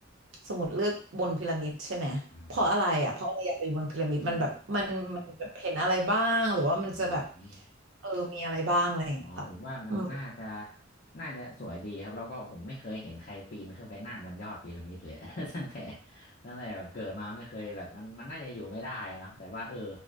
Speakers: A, on the right; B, on the left.
A: สมมติเลือกบนพีระมิดใช่ไหมเพราะอะไรอ่ะเพราะอะไรอยากไปบนพีระมิดมันแบบมันมันแบบเห็นอะไรบ้างหรือว่ามันจะแบบ
B: อ๋ออ๋ออืม
A: เออมีอะไรบ้างอะไรอย่างเงี้ยค่ะอืม
B: อ๋อผมว่ามันน่าจะน่าจะสวยดีครับแล้วก็ผมไม่เคยเห็นใครปีนขึ้นไปนั่งบนยอดพีระมิดเลย <laughs> ตั้งแต่ตั้งแต่แบบเกิดมาไม่เคยแบบมันมันน่าจะอยู่ไม่ได้เนอะแต่ว่าเออ